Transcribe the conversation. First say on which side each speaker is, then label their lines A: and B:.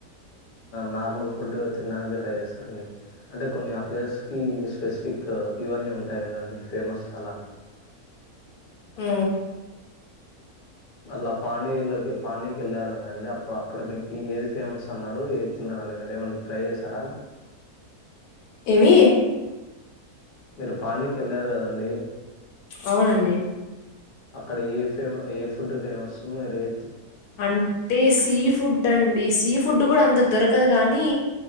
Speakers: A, on the left; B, on the left.
A: నల్ ఫ అే కొన్ని ఆ ప్లేసెస్ కి స్పెసిఫిక్ ఇవన్నీ ఉంటాయి కదండి ఫేమస్ అలా
B: ఉ
A: అట్లా పాండీలోకి పాండకి వెళ్ళారు కదండి అప్పుడు అక్కడ మీకు ఏది ఫేమస్ అన్నారు ఏ తిన్నారని మీరు ఏమన్నా ట్రై చేశారా అలా
B: ఏమి
A: మీరు పాడికి వెళ్ళారు కదండి
B: అవునండి
A: అక్కడ ఏ ఫేమ ఏ ఫుడ్ ఫేమస్ మీరు ఏ
B: అంటే సీ ఫుడ్ అండి సీ ఫుడ్ కూడా అంత దొరకదు కాగానీ